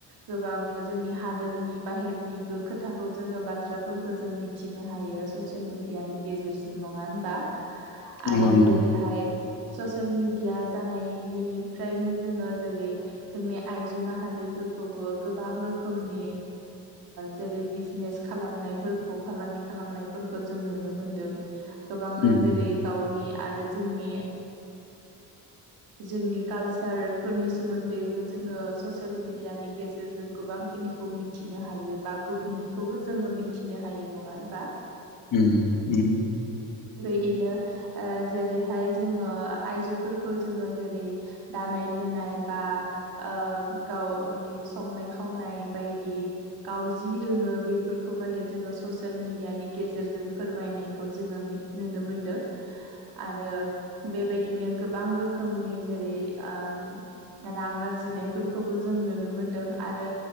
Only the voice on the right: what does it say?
गोबां जोंनि हादोरनि बाहेरनिबो खोथाखौ जोंङो बाथ्राफोरखौ जों मिथिनो हायो ससियेल मिडियानि गेजेरजों नंङा होनबा
आरो
जेरैहाय ससियेल मिडिया जानायनिफ्रायनो जोंङो जेरै जोंनि आइजो माहारिफोरखौबो गोबां रोखोमनि जेरै बिजनेस खालामनाय। नाय फोरखौ फालांगि खालामनायफोरखौ जों नुनो मोनदों गोबां
जेरै गावनि आरो जोंनि जोंनि कालसारफोरनि सोमोन्दैबो जोङो ससियेल मिडियानि गेजेरजों गोबांखिनिखौ मिथिनो हायो बा गुबुननिखौबो जोङो मिथिनो हायो नङा होनबा?
बिदिनो जेरैहाय जोङो आइजोफोरखौ जोङो जेरै दानाय लुनाय नाय बा गावनि संनाय खावनाय बायदि गाव जि रोङो बेफोरखौ माने जोङो ससियेल मिडियानि गेजेरजों फोरमायनायखौ जोङो नुनो मोनदों
आरो बेबायदिनो गोबां रोखोमनि जेरै ओ रां आरजि जिनायफोरखौबो जों नुनो मोनदों आरो